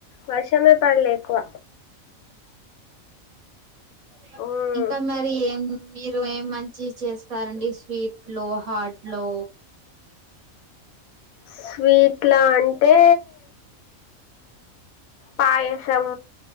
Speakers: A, on the left; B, on the right.
A: వర్షమే పడలే ఎక్కువ
B: అ <unintelligible>
A: ఉమ్
B: ఇంకా మరి ఏం మీరు ఏం మంచి చేస్తారండి స్వీట్ లో హార్ట్ లో
A: స్వీట్లా అంటే పాయసం